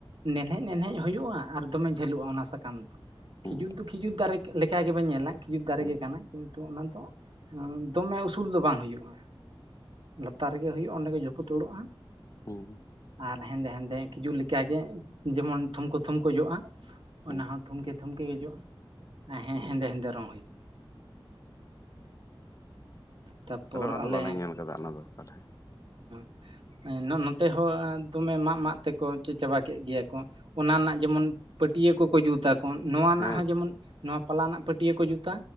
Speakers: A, on the right; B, on the left.
A: ᱱᱦᱮᱡ ᱱᱦᱮᱡ ᱦᱩᱭᱩᱜᱼᱟ ᱟᱨ ᱫᱚᱢᱮ ᱡᱷᱟᱹᱞᱩᱜᱼᱟ ᱚᱱᱟ ᱥᱟᱠᱟᱢ ᱫᱚ
B: ᱦᱩᱸ
A: ᱠᱷᱤᱡᱩᱨ ᱫᱚ ᱠᱷᱤᱡᱩᱨ ᱫᱟᱨᱮ ᱞᱮᱠᱟ ᱜᱮᱵᱮᱱ ᱧᱮᱞᱟ ᱠᱷᱮᱡᱩᱨ ᱫᱟᱨᱮ
B: ᱦᱩᱸ ᱦᱩᱸ
A: ᱜᱮ ᱠᱟᱱᱟ ᱠᱤᱱᱛᱩ ᱚᱱᱟ ᱫᱚ ᱫᱚᱢᱮ ᱩᱥᱩᱞ ᱫᱚ ᱵᱟᱝ ᱦᱩᱭᱩᱜᱼᱟ ᱞᱟᱛᱟᱨ ᱨᱮᱜᱮ ᱦᱩᱭᱩᱜᱼᱟ ᱚᱸᱰᱮ ᱜᱮ ᱡᱟᱹᱯᱩ ᱫᱩᱲᱩᱜᱼᱟ᱾
B: ᱦᱮᱸ ᱦᱮᱸ <inaudible>
A: ᱟᱨ ᱦᱮᱸᱫᱮ ᱦᱮᱸᱫᱮ ᱠᱷᱤᱡᱩᱜᱠᱟᱜᱮ ᱡᱮᱢᱚᱱ ᱠᱚᱛᱷᱚᱢ ᱠᱚᱛᱷᱚᱢ ᱠᱚ ᱚᱡᱚᱜᱼᱟ
B: ᱦᱩᱸ
A: ᱚᱱᱟ ᱦᱚᱸ ᱛᱷᱩᱢᱠᱮ ᱛᱷᱩᱢᱠᱮ ᱚᱡᱚᱜᱼᱟ ᱦᱮᱸ
B: ᱦᱩᱸ
A: ᱦᱮᱸᱫᱮ ᱦᱮᱸᱫᱮ ᱨᱚᱝ ᱦᱩᱭᱩᱜᱼᱟ᱾ ᱛᱟᱨᱯᱚᱨ
B: ᱛᱟᱦᱞᱮ ᱚᱱᱟ
A: ᱟᱞᱮ
B: ᱫᱚ ᱵᱟᱞᱮ ᱧᱮᱞ ᱠᱟᱫᱟ ᱚᱱᱟ ᱫᱚ ᱛᱟᱦᱞᱮ
A: <unintelligible> ᱛᱮ ᱦᱚᱸ ᱫᱚᱢᱮ ᱢᱟᱜ ᱢᱟᱜ ᱛᱮᱠᱚ ᱪᱟᱵᱟ ᱠᱮᱫ ᱜᱮᱭᱟ ᱠᱚ ᱚᱱᱟ ᱨᱮᱱᱟᱜ ᱡᱮᱢᱚᱱ ᱯᱟᱹᱴᱭᱟᱹ ᱠᱚᱠᱚ ᱡᱩᱛᱟ ᱱᱚᱣᱟ ᱨᱮᱱᱟᱜ
B: ᱦᱮᱸ
A: ᱦᱚᱸ ᱡᱮᱢᱚᱱ ᱱᱚᱣᱟ ᱯᱟᱞᱟ ᱨᱮᱱᱟᱜ ᱯᱟᱹᱴᱭᱟᱹ ᱠᱚ ᱡᱩᱛᱟ